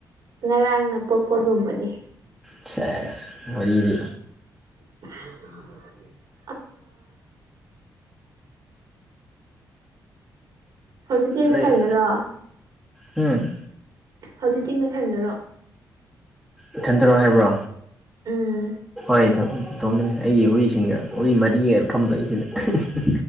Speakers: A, on the right; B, in the centre.
A: ꯉꯔꯥꯡꯅ ꯄꯣꯛꯄꯒꯨꯝꯕꯅꯤ꯫
B: ꯁꯦꯁ ꯋꯥꯔꯤꯗꯤ꯫
A: <unintelligible> ꯍꯧꯖꯤꯛꯇꯤ ꯅꯊꯟꯗꯔꯣ
B: ꯅꯣꯏ ꯍꯨꯝ꯫
A: ꯍꯧꯖꯤꯛꯇꯤ ꯅꯊꯟꯗꯔꯣ꯫
B: ꯏꯊꯟꯇꯔꯣ ꯍꯥꯏꯕ꯭ꯔꯣ?
A: ꯎꯝ꯫
B: ꯑꯩ <unintelligible> ꯊꯣꯝꯗꯅꯤ ꯑꯩꯒꯤ ꯍꯨꯏꯁꯤꯡꯅ ꯍꯨꯏ ꯃꯔꯤꯅ ꯐꯝ ꯂꯩꯁꯤꯅꯦ꯫